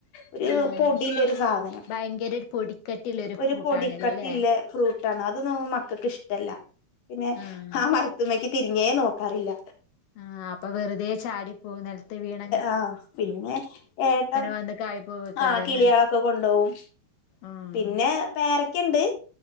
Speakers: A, on the left (about 65°); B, on the left (about 80°).
A: ഒരു
B: ആഹ്
A: പൊടിയില ഒരു സാധനം
B: ഭയങ്കര ഒരു പൊടിക്കട്ടിള്ളൊരു
A: ഒരു
B: ഫ്രൂട്ടാണല്ലോ
A: പൊടിക്കട്ടില്ല
B: ല്ലേ
A: ഫ്രൂട്ട് ഇഷ്ടാണ് അതൊന്ന മക്കൾക്ക് ഇഷ്ടമല്ല പിന്നെ
B: ആഹ്
A: ആ മരത്തുമ്മക്ക് തിരിഞ്ഞേ നോക്കാറില്ല
B: ആ അപ്പൊ വെറുതെ ചാടി പോക നിലത്ത് വീണ
A: ആ പിന്നെ ഏട്ടം
B: വന്ന് കായി പോവേക്കാരല്ലേ
A: ആ കിളിയളൊക്കെ കൊണ്ടുപോകും
B: ആഹ്
A: പിന്നെ പേരക്കുണ്ട്